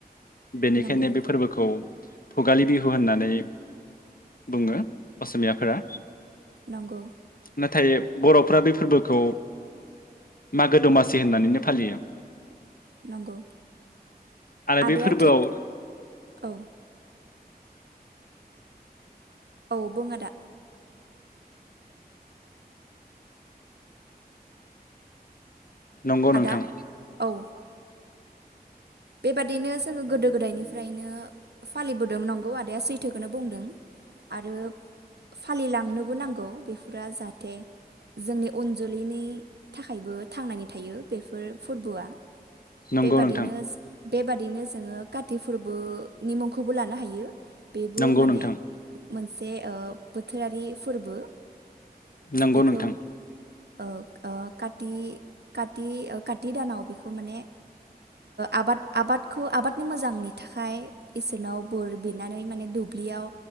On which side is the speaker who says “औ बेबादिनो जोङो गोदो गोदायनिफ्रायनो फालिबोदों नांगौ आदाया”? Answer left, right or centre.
Right